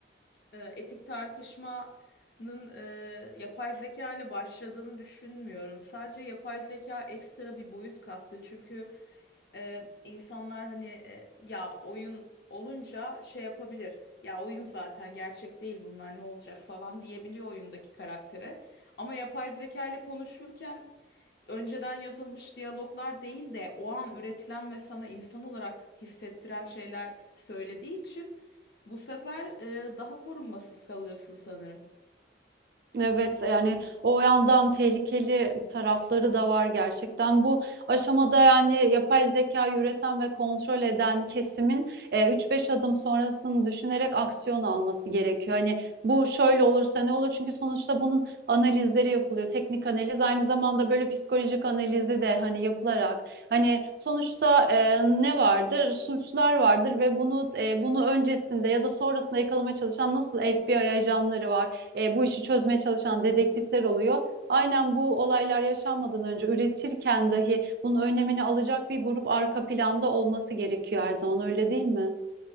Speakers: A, on the left; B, on the right.
A: e, etik tartışmanın e, yapay zeka ile başladığını düşünmüyorum. Sadece yapay zeka ekstra bir boyut kattı. Çünkü e, insanlar hani e, ya oyun olunca şey yapabilir. Ya oyun zaten gerçek değil bunlar ne olacak falan diyebiliyor oyundaki karaktere. Ama yapay zeka ile konuşurken önceden yazılmış diyaloglar değil de o an üretilen ve sana insan olarak hissettiren şeyler söylediği için bu sefer e, daha korunmasız kalıyorsun sanırım.
B: Evet yani o yandan tehlikeli tarafları da var gerçekten. Bu aşamada yani yapay zeka üreten ve kontrol eden kesimin e, 3-5 adım sonrasını düşünerek aksiyon alması gerekiyor. Hani bu şöyle olursa ne olur? Çünkü sonuçta bunun analizleri yapılıyor. Teknik analiz aynı zamanda böyle psikolojik analizi de hani yapılarak hani sonuçta e, ne vardır? Suçlar vardır ve bunu e, bunu öncesinde ya da sonrasında yakalamaya çalışan nasıl FBI ajanları var? e, bu işi çözmeye çalışan dedektifler oluyor. Aynen bu olaylar yaşanmadan önce üretirken dahi bunun önlemini alacak bir grup arka planda olması gerekiyor her zaman öyle değil mi?